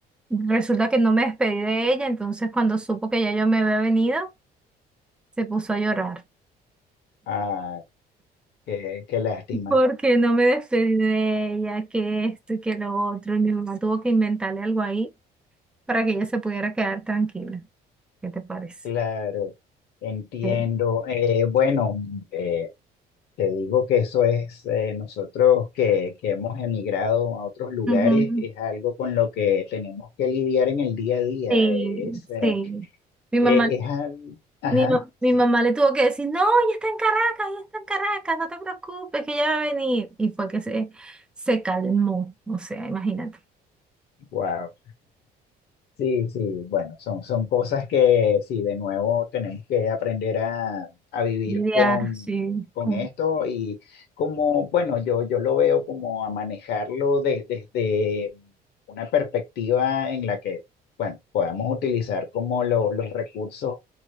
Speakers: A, in the centre; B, on the left.
A: Resulta que no me despedí de ella, entonces cuando supo que ya yo me había venido, se puso a llorar.
B: Ah, qué, qué lástima.
A: Porque no me despedí de ella, que esto y que lo otro. Y mi mamá tuvo que inventarle algo ahí para que ella se pudiera quedar tranquila. ¿Qué te parece?
B: Claro, entiendo.
A: Sí.
B: Eh, bueno, eh, te digo que eso es, eh, nosotros que, que hemos emigrado a otros lugares,
A: Ujú.
B: es algo con lo que tenemos que lidiar en el día a día.
A: Sí,
B: Es, eh,
A: sí. Mi
B: eh,
A: mamá,
B: es al... Ajá,
A: mi, ma-
B: sí.
A: mi mamá le tuvo que decir, no, ella está en Caracas, ella está en Caracas, no te preocupes, que ella va a venir. Y fue que se, se calmó, o sea, imagínate.
B: Wow. Sí, sí, bueno, son, son cosas que sí, de nuevo tenemos que aprender a, a vivir
A: Lidiar,
B: con,
A: sí.
B: con
A: con-
B: esto y como, bueno, yo, yo lo veo como a manejarlo de- desde una perspectiva en la que, bueno, podamos utilizar como lo- los recursos